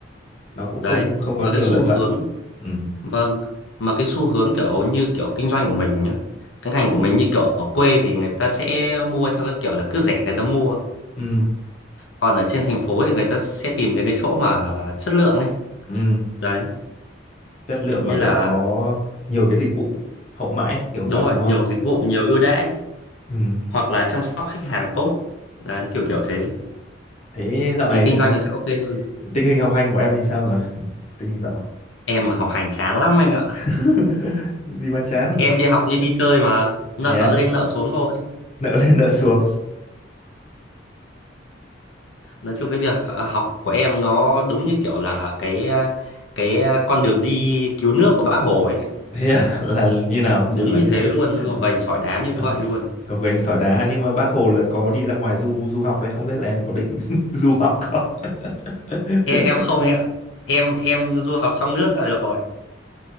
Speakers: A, on the left (about 35°); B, on the left (about 85°).
A: nó cũng không
B: đấy.
A: không có
B: Mà
A: nhiều
B: cái xu
A: lợi nhuận
B: hướng
A: ừ
B: Vâng, mà cái xu hướng kiểu như kiểu kinh doanh của mình nhá, cái ngành của mình như kiểu ở quê thì người ta sẽ mua theo cái kiểu là cứ rẻ người ta mua,
A: ừ
B: còn ở trên thành phố thì người ta sẽ tìm những cái chỗ mà chất lượng ấy.
A: ừ
B: Đấy,
A: chất lượng
B: nên
A: mà kiểu
B: là
A: có nhiều cái dịch vụ hậu mãi kiểu
B: đúng
A: vậy
B: rồi,
A: đúng không
B: nhiều dịch vụ, nhiều ưu đãi
A: ừ
B: hoặc là chăm sóc khách hàng tốt. Đấy, kiểu kiểu thế
A: thế dạo này
B: thì kinh
A: tình
B: doanh nó sẽ ok hơn.
A: tình hình học hành của em thì sao rồi Ừ, tình hình dạo
B: Em mà học hành chán lắm anh ạ.
A: <laughs> gì mà chán
B: Em đi học như đi chơi mà nợ
A: thế à?
B: lên nợ xuống thôi.
A: nợ lên nợ xuống
B: nói chung cái việc à, học của em nó đúng như kiểu là cái à, cái à, con đường đi cứu nước của Bác Hồ ấy anh ạ.
A: thế à? <laughs> là như nào
B: đúng
A: như là
B: như
A: như
B: thế
A: nào
B: luôn nó
A: <laughs>
B: gồng gành sỏi đá như
A: Ờ,
B: vậy luôn
A: cọc gạch sỏi đá nhưng mà bác Hồ là có đi ra ngoài du du học đấy không biết là em có định <laughs> du học không <laughs>
B: em em không ấy ạ em em du học trong nước là được rồi